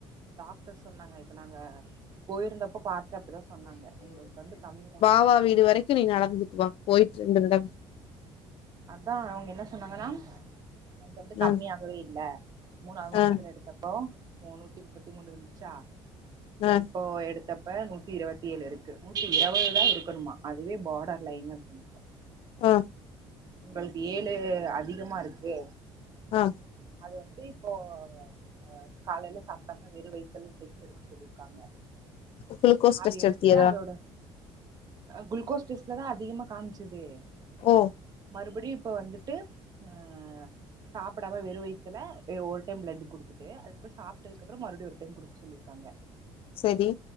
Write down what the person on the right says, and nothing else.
டாக்டர் சொன்னாங்க இப்ப நாங்க போயிருந்தப்போ பாத்துட்டு அப்டிதா சொன்னாங்க உங்களுக்கு வந்து கம்மியா
அதா அவங்க என்ன சொன்னாங்கண்ணா உனக்கு வந்து கம்மியாகவே
இல்ல மூணாவது மாசத்துல
எடுத்தப்போ முன்னூத்தி முப்பத்தி மூணு இருந்துச்சா
இப்போ எடுத்தப்ப நூத்தி இருபத்தி ஏழு இருக்க நூத்தி இருபதுதா இருக்கணுமா அதுவே பார்டர் லைன் அப்டின்னாங்க
உங்களுக்கு ஏழு அதிகமா இருக்கு
அத வந்து இப்ப ஆ காலயில சாப்பிடாம வெறும் வயித்துல டெஸ்ட் எடுக்க சொல்லியிருக்காங்க
அது
எடுத்துட்டு
அதோட குளுக்கோஸ் டெஸ்ட்ல தா அதிகமாக காமிச்சுது
மறுபடியு இப்ப வந்துட்டு அ சாப்பிடாம வெறும் வயத்துல ஒருடைம் பிளட் கொடுத்துட்டு அதுக்கப்புறோ சாப்பிட்டதுக்கப்புற மறுபடி ஒரு டைம் கொடுக்க சொல்லியிருக்காங்க